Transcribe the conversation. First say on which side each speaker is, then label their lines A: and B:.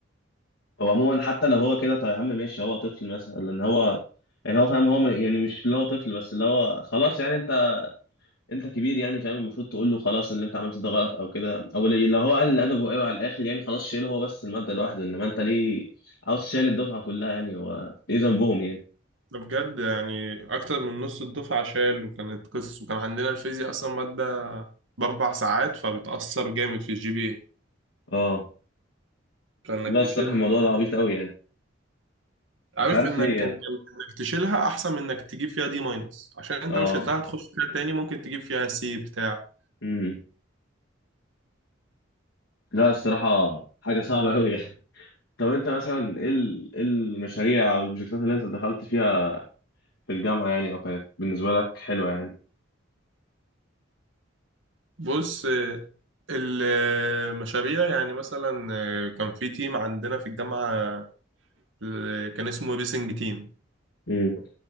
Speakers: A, on the left; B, on the right.
A: هو عموما حتى لو هو كده طب يا عم ماشي هو طفل مثلا لان هو يعني هو فاهم هو م- يعني مش اللي هو طفل بس اللي هو خلاص يعني انت انت كبير يعني فاهم المفروض تقول له خلاص اللي انت عملته ده غلط او كده او لي- لو هو قال ادبه ايوه على الاخر يعني خلاص شيله هو بس الماده لوحده انما انت ليه عاوز تشيل الدفعه كلها يعني هو ايه ذنبهم يعني
B: ده بجد يعني اكتر من نص الدفعه شال وكانت قصص وكان عندنا الفيزياء اصلا ماده باربع ساعات فبتاثر جامد في الجي بي اي
A: اه
B: فانك
A: لا
B: تشيلها
A: الصراحه الموضوع ده عبيط قوي يعني
B: عارف
A: مش عارف
B: انك
A: ليه
B: كان
A: يعني
B: كان انك تشيلها احسن من انك تجيب فيها دي ماينس عشان انت
A: اه
B: لو شلتها هتخش فيها تاني ممكن تجيب فيها سي بتاع
A: امم لا الصراحه حاجه صعبه قوي يعني. طب انت مثلا ايه ال- إيه المشاريع او البروجكتات اللي انت دخلت فيها في الجامعة يعني او كانت بالنسبة لك حلوة يعني
B: بص آه، المشاريع يعني مثلا آه، كان في تيم عندنا في الجامعة آه، كان اسمه ريسنج تيم
A: امم